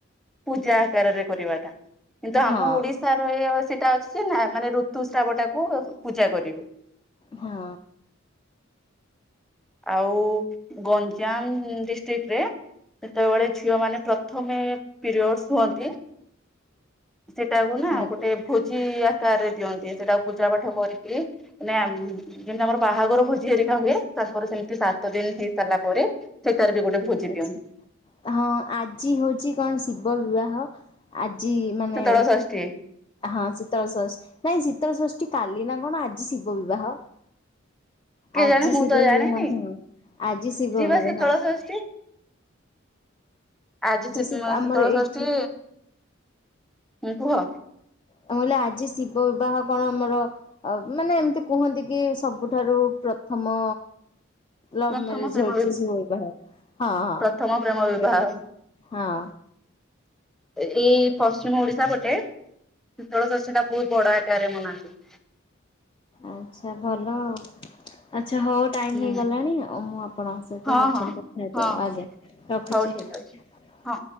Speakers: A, in the centre; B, on the left.
A: ପୂଜା ଆକାରରେ କରିବାଟା କିନ୍ତୁ ଆମ
B: ହଁ
A: ଓଡିଶା ର ସେଇଟା ଅଛି ଯେ ନା ମାନେ ଋତୁସ୍ରାବ ଟାକୁ ପୂଜା କରିବେ।
B: ହଁ।
A: ଆଉ ଗଞ୍ଜାମ ଡିଷ୍ଟ୍ରିକ୍ଟ ରେ ସେତେବେଳେ ଝିଅ ମାନେ ପ୍ରଥମେ ପିରିଅଡସ ହୁଅନ୍ତି। ସେଟାକୁ ନା
B: ଆଜ୍ଞା
A: ଗୋଟେ ଭୋଜି ଆକାରରେ ଦିଅନ୍ତି। ସେଇଟାକୁ ପୂଜା ପାଠ କରିକି ନା ମେ ଯେମିତି ଆମର ବାହାଘର ଭୋଜି ହେରିକା ହୁଏ। ତାଙ୍କର ସେମିତି ସାତ ଦିନ ହେଇସାରିଲା ପରେ ସେଇଟାରେ ବି ଗୋଟେ ଭୋଜି
B: ଆଛା
A: ଦିଅନ୍ତି
B: ହଁ ଆଜି ହଉଛି କଣ ଶିବ ବିବାହ ଆ ଜି ମାନେ
A: ଶୀତଳ ଷଷ୍ଠୀ
B: ହଁ ଶୀତଳ ସଷ୍ ନାଇଁ ଶୀତଳ ସଷ୍ ଷ୍ଟି କାଲି ନା କଣ ଆଜି ଶିବ ବିବାହ।
A: କିଏ
B: ଆଜି
A: ଜାଣେ ମୁଁ
B: ଶିବ
A: ତ ଜାଣିନି
B: ବିବାହ ହଁ ଆଜି ଶିବ
A: ବା
B: ବିବାହ।
A: ଶୀତଳ ଷଷ୍ଠୀ ଆଜି ସିସ
B: ଶିବ ଆମର
A: ଶୀତଳ ଷଷ୍ଠୀ
B: ଏଇଠି
A: ହୁଁ କୁହ?
B: ମୁଁ କହିଲି ଆଜି ଶିବ ବିବାହ କଣ ଆମର ମାନେ ଏମିତି କୁହନ୍ତି କି ସବୁଠାରୁ ପ୍ରଥମ ଲଭ
A: ପ୍ରଥମ
B: ମେରଜ
A: ପ୍ରେମ
B: ହଉଚିଶିବ ବିବାହ ହଁ ହଁ
A: ପ୍ରଥମ ପ୍ରେମ ବିବାହ
B: ହେଟା। ହଁ।
A: ଏଇ ପଶ୍ଚିମ ଓଡିଶା ପଟେ ଥୋଡ ସ ସେଟା ଵହୁତ ବଡ଼ ଆକାରରେ ମନାନ୍ତି।
B: ଆ୍ଛା ଭଲ ଆଉ। ଆଚ୍ଛା ହଉ ଟାଇମ
A: ହୁଁ
B: ହେଇଗଲାଣି ଆଉ ମୁଁ ଆପଣଙ୍କ ସହିତ
A: ହଁ
B: ପଛରେ
A: ହଁ
B: କଥା ହେବି
A: ହଁ
B: ଆଉ ଆଜ୍ଞା ରଖୁଛି।
A: ହଉ ଠିକ
B: ହ
A: ଅଛି
B: <inaudible>
A: ହଁ।